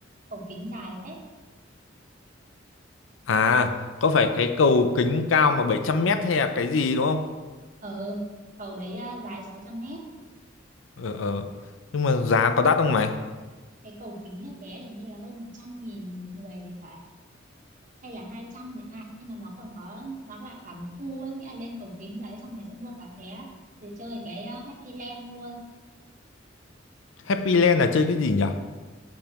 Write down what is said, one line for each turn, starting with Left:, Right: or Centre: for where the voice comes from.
Right: cầu kính dài phết
Left: à, có phải cái cầu kính cao mà 700 mét hay là cái gì đúng không
Right: ờ cầu đấy ờ, dài sáu trăm mét
Left: ờ ờ nhưng mà giá có đắt không mày
Right: cái cầu kính ấy, vé hình như là hơn 100 nghìn một người thì phải hay là 200 thì à nhưng mà nó còn có nó là cả một khu á nghĩa là lên cầu kính đấy xong mày sẽ mua cả vé để chơi cái ờ, Happy Land luôn
Left: Happy Land là chơi cái gì nhở